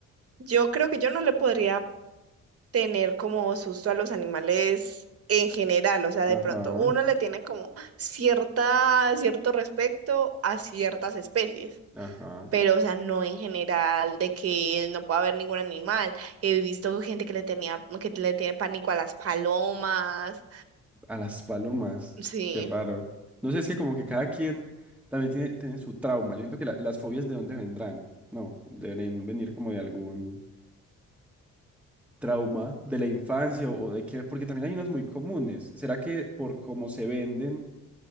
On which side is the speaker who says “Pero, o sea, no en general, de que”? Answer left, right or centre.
Right